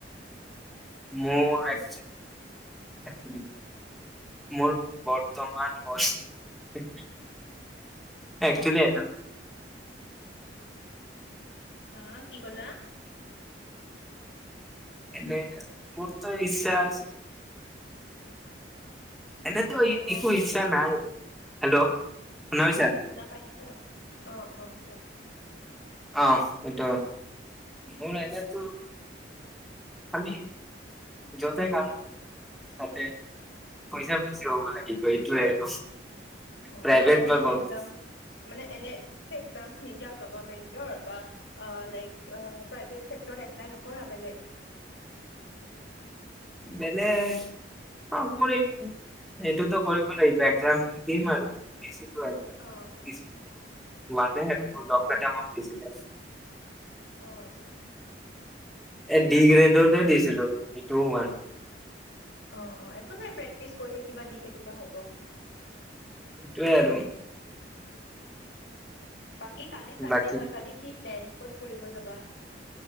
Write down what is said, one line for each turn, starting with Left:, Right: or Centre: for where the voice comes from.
Centre: মোৰ একচলি মোৰ বৰ্তমান মই একচলি
Left: হা কি ক'লা। <inaudible>
Centre: নে মোৰ ট ইচ্ছা আছে। এনেটো
Left: হেল্ল'
Centre: একো ইচ্ছা নাই। হেল্ল'। শুনা পাইছা
Left: শুনা পাইছা? অ, অ কোৱা।
Centre: অ সেইটো। মোৰ আইতাতো খালি য'তে কাম কৰ তাতে পইচা বেছি হব লাগিব এইটোৱে আৰু।
Left: অ
Centre: প্ৰাইভেট
Left: মানে এনে
Centre: বা গভমেণ্ট
Left: এক্সাম মানে এনে এক্সাম। নিদিয়া গভৰ্মেণ্টৰ বা অ লাইক অ প্ৰাইভেট চেক্টৰত এপ্লাই নকৰা বেলেগ?
Centre: বেলেগ, অউ কৰিম। সেইটোতো কৰিব লাগিব এক্সাম দিম আৰু বে <unintelligible>
Left: অ অ
Centre: মানে মোৰ
Left: অ অ
Centre: লগকেইটামান দিছিলে।
Left: অঁ, অঁ।
Centre: এ ডি গ্ৰেডতে দিছিলোঁ। সেইটোও হোৱা
Left: অঁ, অঁ, এক একো নাই। প্ৰেক্টিচ কৰি থাকিবা, দি থাকিবা, হ'ব।
Centre: সেইটোৱে আৰু।
Left: উম। বাকী কালি ছানডে'
Centre: বাকী
Left: হয়। কালি কি প্লেন ক'ত ফুৰিব যাবা?